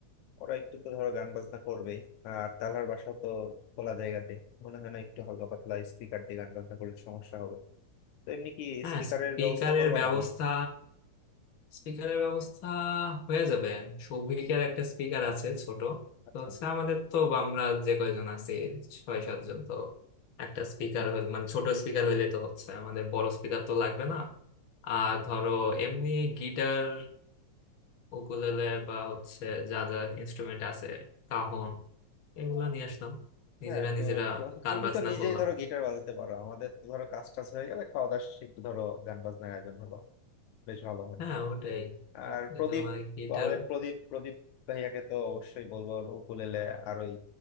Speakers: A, on the left; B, on the left.
A: ওরা একটু তো ধরো গান বাজনা করবেই আর তালার বাসা তো খোলা জায়গাতে মনে হয় না একটু হালকা পাতলা স্পিকার দিয়ে গান বাজনা করলে সমস্যা হবে তো এমনি কি
B: হ্যাঁ
A: স্পিকারের
B: স্পিকারের
A: ব্যবস্থা করবা
B: ব্যবস্থা
A: নাকি
B: স্পিকারের ব্যবস্থা হয়ে যাবে সৌভিকের একটা স্পিকার আছে ছোট
A: আচ্ছা
B: তো হচ্ছে আমাদের তো আমরা যে কয়জন আছি ছয় সাতজন তো একটা স্পিকার হইলে মানে ছোট স্পিকার হইলে তো হচ্ছে আমাদের বড় স্পিকার তো লাগবে না আর ধরো এমনি গিটার উকুলেলে বা হচ্ছে যা যা ইনস্ট্রুমেন্ট আছে কাহন এগুলা নিয়ে আসলাম নিজেরা
A: হ্যাঁ তো
B: নিজেরা
A: তো
B: গান
A: তুমি
B: বাজনা
A: তো নিজেই
B: করলাম
A: ধরো গিটার বাজাতে পারো আমাদের তো ধরো কাজ টাজ হয়ে গেলে খাওয়া দাওয়া শেষে একটু ধরো গান বাজনার আয়োজন হলো বেশ ভালো হয়
B: হ্যাঁ ওটাই
A: আর প্রদীপ
B: এটা আমার গিটার
A: তো আমাদের প্রদীপ প্রদীপ ভাইয়াকে তো অবশ্যই বলবো ওর উকুলেলে আর ওই